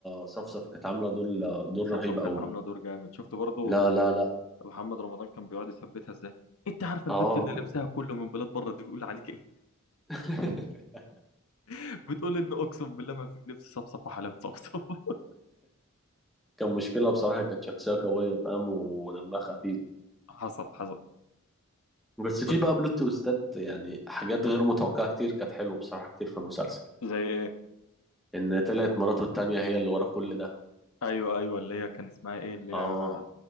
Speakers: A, in the centre; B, on the left.
A: صفصف كانت عامله دور دور
B: صفصف
A: رهيب قوي
B: كانت عامله دور جامد شفت برضو
A: لا لا لا
B: محمد رمضان كان بيقعد يثبتها ازاي انت عارفه
A: اه
B: البت اللي لبسها كله من بلاد بره دي بيقول عليك ايه
A: <laughs>
B: <laughs> بتقول ان اقسم بالله ما في لبس صفصف وحلاوه صفصف <laughs>
A: كان مشكلة بصراحة كانت شخصية قوية فاهم ودمها خفيف
B: حصل حصل
A: بس
B: بس
A: في بقى بلوت تويستات يعني حاجات غير متوقعة كتير كانت حلوة بصراحة كتير في المسلسل
B: زي ايه
A: إن طلعت مراته التانية هي اللي ورا كل ده
B: ايوه ايوه اللي هي كان اسمها ايه اللي
A: اه
B: هي